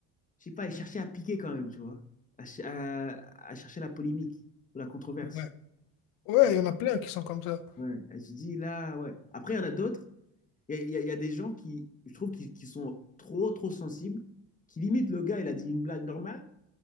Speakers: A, on the left; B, on the left.
A: je sais pas, ils cherchaient à piquer quand même, tu vois, à, ch- à- à chercher la polémique ou la controverse.
B: Ouais, Ouais,
A: Et tu,
B: il y en a plein qui sont comme ça.
A: ouais, et tu dis là, ouais. Après, il y en a d'autres. Il y, a- il y a des gens qui, je trouve, qui, qui sont trop, trop sensibles, qui limite le gars, il a dit une blague normale,